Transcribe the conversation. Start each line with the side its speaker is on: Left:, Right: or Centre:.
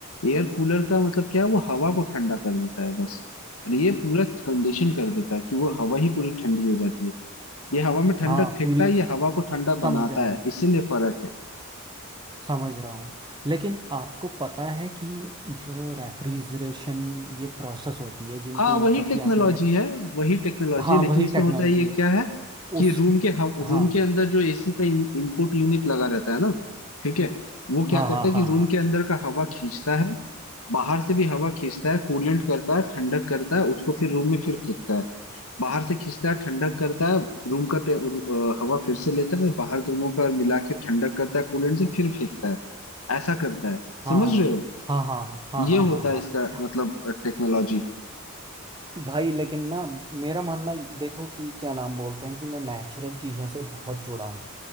Left: एयर कूलर का मतलब क्या है वो हवा को ठंडा कर देता है बस और ये पूरा कंडीशन कर देता है कि वो हवा ही पूरी ठंडी हो जाती है ये हवा में ठंडक
Right: हाँ
Left: फेंकता
Right: पूरी
Left: है ये हवा को ठंडा
Right: समझ
Left: बनाता
Right: रहा हूँ
Left: है इसीलिए फर्क है
Right: समझ रहा हूँ लेकिन आपको पता है कि जो रेफ्रिजरेशन ये प्रोसेस होती है जिनके
Left: हाँ वही
Right: मतलब
Left: टेक्नोलॉजी
Right: कि आपने
Left: है वही टेक्नोलॉजी
Right: हाँ
Left: है लेकिन
Right: वही
Left: इसमें
Right: टेक्नोलॉजी
Left: होता है ये
Right: है
Left: क्या है कि
Right: उस
Left: रूम के
Right: हाँ
Left: रूम के अंदर जो एसी का इन, इनपुट यूनिट लगा रहता है ना ठीक है वो क्या
Right: हाँ
Left: करता
Right: हाँ
Left: है कि
Right: हाँ
Left: रूम
Right: हाँ
Left: के अंदर का हवा खींचता है बाहर से भी हवा खींचता है कूलेंट करता है ठंडक करता है उसको फिर रूम में फिर फेंकता है बाहर से खींचता है ठंडक करता है रूम का टे- अ, हवा फिर से लेता है बाहर दोनों का मिला के ठंडक करता है कूलेंट से फिर फेंकता है ऐसा करता है
Right: हाँ
Left: समझ रहे हो
Right: हाँ हाँ हाँ हाँ
Left: ये
Right: हाँ हाँ
Left: होता
Right: हाँ।
Left: है इसका
Right: हाँ।
Left: मतलब टेक्नोलॉजी
Right: भाई लेकिन ना मेरा मानना देखो कि क्या नाम बोलते हैं कि मैं नेचुरल चीज़ों से बहुत जुड़ा हूँ